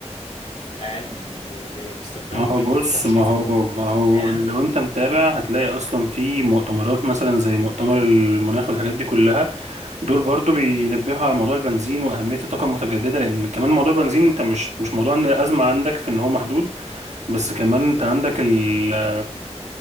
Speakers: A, on the left (about 85°); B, on the right (about 80°).
A: اقل ب... ب... ب... باستخدام
B: ما هو
A: يعني
B: بص
A: في ترشيد
B: ما هو
A: في الموضوع
B: ما هو
A: يعني
B: لو
A: انا
B: انت متابع هتلاقي اصلا في مؤتمرات مثلا زي مؤتمر المناخ والحاجات دي كلها دول برضو بينبهوا على موضوع البنزين واهمية الطاقة المتجددة لان كمان موضوع البنزين انت مش مش موضوع ان الازمة عندك في ان هو محدود بس كمان انت عندك ال